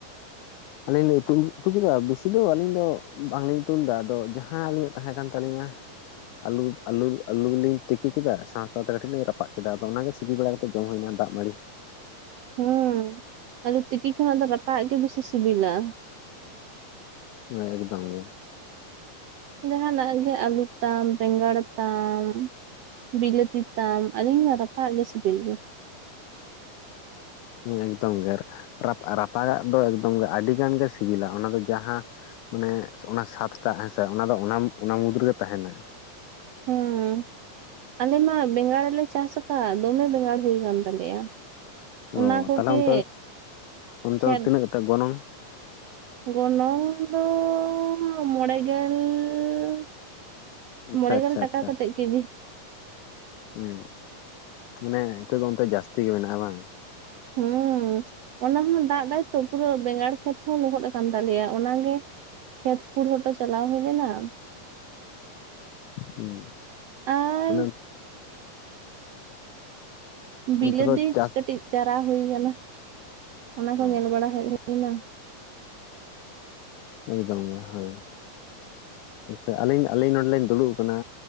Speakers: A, on the left (about 85°); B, on the right (about 80°).
A: ᱟᱞᱤᱧ ᱞᱤᱧ ᱩᱛᱩ ᱩᱛᱩ ᱠᱮᱫᱟ ᱵᱮᱥᱤ ᱫᱚ ᱟᱹᱞᱤᱧ ᱫᱚ ᱵᱟᱝ ᱞᱤᱧ ᱩᱛᱩ ᱞᱮᱫᱟ ᱟᱫᱚ ᱡᱟᱦᱟᱸ ᱟᱹᱞᱤᱧᱟᱜ ᱛᱟᱦᱮᱸ ᱠᱟᱱ ᱛᱟᱹᱞᱤᱧᱟ᱾ ᱟᱹᱞᱩ ᱟᱹᱞᱩ ᱟᱹᱞᱩ ᱞᱤᱧ ᱛᱤᱠᱤ ᱠᱮᱫᱟ ᱥᱟᱶ ᱥᱟᱶ ᱛᱮ ᱠᱟᱹᱴᱤᱡ ᱞᱤᱧ ᱨᱟᱯᱟᱜ ᱠᱮᱫᱟ ᱟᱫᱚ ᱚᱱᱟ ᱜᱮ ᱥᱤᱯᱤ ᱵᱟᱲᱟᱼᱼ ᱡᱚᱢ ᱦᱩᱭᱱᱟ ᱫᱟᱜ ᱢᱟᱹᱲᱤ᱾
B: ᱦᱩᱸ ᱟᱞᱮ ᱛᱤᱠᱤ ᱠᱷᱚᱱᱟᱜ ᱫᱚ ᱨᱟᱯᱟᱜᱟᱜ ᱜᱮ ᱵᱤᱥᱤ ᱥᱤᱵᱤᱞᱟ᱾
A: ᱦᱳᱭ ᱮᱠᱫᱚᱢ ᱜᱮ᱾
B: ᱡᱟᱦᱟ ᱱᱟᱜ ᱜᱮ ᱟᱹᱞᱩ ᱛᱟᱢ ᱵᱮᱸᱜᱟᱲ ᱛᱟᱢ, ᱵᱤᱞᱟᱹᱛᱤ ᱛᱟᱢ ᱟᱹᱞᱤᱧ ᱢᱟ ᱨᱟᱯᱟᱜ ᱜᱮ ᱥᱤᱵᱤᱞ ᱜᱮ᱾
A: ᱮᱠᱫᱚᱢ ᱜᱮ ᱨᱟᱯᱟ ᱜᱟᱜ ᱫᱚ ᱮᱠᱫᱚᱢ ᱜᱮ ᱟᱹᱰᱤ ᱜᱟᱱ ᱜᱮ ᱥᱤᱵᱤᱞᱟ ᱚᱱᱟ ᱫᱚ ᱡᱟᱦᱟᱸᱼᱼ ᱢᱟᱱᱮ ᱚᱱᱟ ᱥᱟᱛᱴᱟᱜ ᱦᱮᱸᱥᱮ ᱚᱱᱟ ᱫᱚ ᱚᱱᱟ ᱚᱱᱟ ᱢᱩᱫᱽ ᱨᱮᱜᱮ ᱛᱟᱦᱮᱱᱟ᱾
B: ᱦᱩᱸᱢ ᱟᱞᱮ ᱢᱟ ᱵᱮᱸᱜᱟᱲᱞᱮ ᱪᱟᱥ ᱟᱠᱟᱫ ᱫᱚᱢᱮ ᱵᱮᱸᱜᱟᱲ ᱦᱩᱭ ᱟᱠᱟᱱ ᱛᱟᱞᱮᱭᱟ᱾ ᱚᱱᱟ
A: ᱚ
B: ᱠᱚᱜᱮ
A: ᱛᱟᱦᱚᱞᱮ ᱚᱱᱛᱮ ᱚᱱᱛᱮ
B: ᱠᱷᱮᱛ
A: ᱫᱚ ᱛᱤᱱᱟᱹᱜ ᱠᱟᱛᱮ ᱜᱚᱱᱚᱝ?
B: ᱜᱚᱱᱚᱝ ᱫᱚ ᱢᱚᱬᱮᱸᱜᱮᱞ-
A: ᱟᱪᱪᱷᱟ
B: ᱢᱚᱬᱮᱸ ᱜᱮᱞ
A: ᱟᱪᱪᱷᱟ
B: ᱴᱟᱠᱟ
A: ᱟᱪᱪᱷᱟ
B: ᱠᱟᱛᱮᱫ ᱠᱮᱡᱤ᱾
A: ᱦᱮᱸ ᱢᱟᱱᱮ ᱱᱤᱛᱚᱜ ᱫᱚ ᱚᱱᱛᱮ ᱡᱟᱹᱥᱛᱤ ᱜᱮ ᱢᱮᱱᱟᱜᱼᱟ ᱵᱟᱝ?
B: ᱦᱩᱸ᱾ ᱚᱱᱟ ᱦᱚᱸ ᱫᱟᱜ ᱫᱟᱭᱛᱚ ᱯᱩᱨᱟᱹ ᱵᱮᱸᱜᱟᱲ ᱠᱷᱮᱛ ᱦᱚᱸ ᱞᱚᱦᱚᱫ ᱟᱠᱟᱱ ᱛᱟᱞᱮᱭᱟ ᱚᱱᱟᱜᱮᱼᱼ ᱠᱷᱮᱛ ᱯᱷᱩᱲ ᱦᱚᱴᱚ ᱪᱟᱞᱟᱣ ᱦᱩᱭ ᱞᱮᱱᱟ᱾
A: ᱦᱮᱸ
B: ᱟᱨ
A: ᱩᱱᱟᱝᱼᱼ
B: ᱵᱤᱞᱟᱹᱛᱤ
A: ᱚᱱᱛᱮ ᱫᱚ ᱪᱟᱥ
B: ᱠᱟᱹᱴᱤᱡ ᱪᱟᱨᱟ ᱦᱩᱭ ᱟᱠᱟᱱᱟ ᱚᱱᱟ ᱠᱚ
A: ᱚ
B: ᱧᱮᱞ ᱵᱟᱲᱟ ᱦᱮᱡ ᱦᱩᱭ ᱮᱱᱟ᱾
A: ᱮᱠᱫᱚᱢ ᱜᱮ ᱦᱳᱭ ᱥᱮ ᱟᱹᱞᱤᱧ ᱟᱹᱞᱤᱧ ᱱᱚᱰᱮ ᱞᱤᱧ ᱫᱩᱲᱩᱵ ᱟᱠᱟᱱᱟ᱾